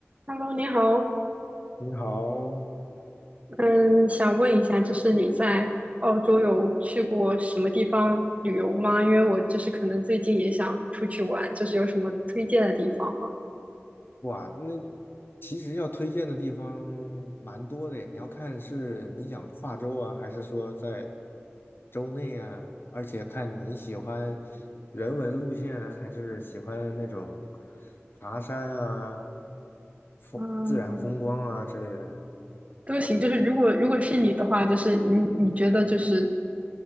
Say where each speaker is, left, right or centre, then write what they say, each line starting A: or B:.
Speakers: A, on the right; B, on the left.
A: Hello，你好，
B: 你好，
A: 嗯，想问一下，就是你在澳洲有去过什么地方旅游吗？因为我就是可能最近也想出去玩，就是有什么推荐的地方吗？
B: 哇，那其实要推荐的地方蛮多的耶，你要看是你想跨州啊，还是说在州内啊，而且看你喜欢人文路线啊，还是喜欢那种爬山啊、风自然风光啊之类的。
A: 嗯，都行，就是如果如果是你的话，就是你你觉得就是